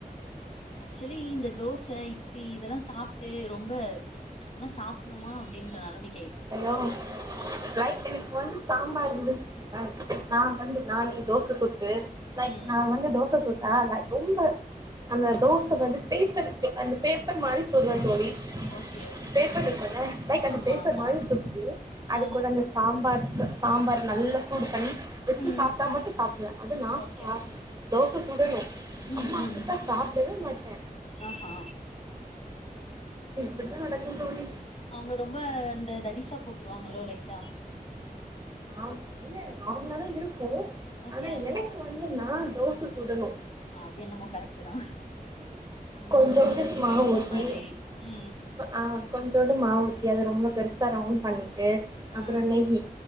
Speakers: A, on the left (about 45°); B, on the right (about 25°).
A: ஆக்ச்வலி இந்த தோஸ் ஸ இட்லி இதெல்லா சாப் ட்டு ரொம்ப ச் இதல்லா சாப்டணுமா அப்டீன்ற நெலமக்கி
B: ஹய்யோ லைட் எனக்கு வந்து சாம்பாரு இருந்துசு நல்லாருக்கு நா வந்து நானே தோச சுட்டு கு லைல்
A: ம்
B: நா வந்து தோச சுட்டா லைக் ரொம்ப அந்த தோச வந்து பேப்பர் இருக்குல்லப்பா அந்த பேப்பர் மாரி சுடுவே தோழி
A: ஓகே
B: பேப்பர் இருப்பேல லைக் அந்த
A: ஆமா
B: பே
A: ஆமா
B: பர் மாரி சுட்டு அது
A: ஆ
B: கூட அந்த சாம்பார் ச ச சாம்பார நல்லா சூடு பண்ணி தொட்டு
A: ம்
B: சாப்ட்டா மட்டு சாப்டுவே அது நா
A: ஓகே
B: சாப் தோச சுடணு
A: ம்
B: அம்மா
A: ம்
B: சுட்டா சாப்டவே மாட்டே
A: ஆஹா
B: இப்பிடிதா நடக்கு தோழி
A: அவுங்க ரொம்ப இந்த தடிசா போட்ருவாங்களோ லைட்டா
B: ஆ இல்ல நார்மல தா இருக் கூ
A: ஓகே
B: ஆனா எனக்கு வந்து நா தோச சுடணு
A: அது என்னமோ கரெக்டு தா இந்த
B: கொஞ்சோன்டுசு
A: மொறு மொறுன்ட்டு
B: மாவூத்தி
A: பேப்பர் மாரி ம்
B: ஆ கொஞ்சோன்டு மாவஊத்தி அத ரொம்ப பெ ருஸா ரவுண்ட் பண்ணி ட்டு அப்பறோ
A: ஆ
B: நெய்யி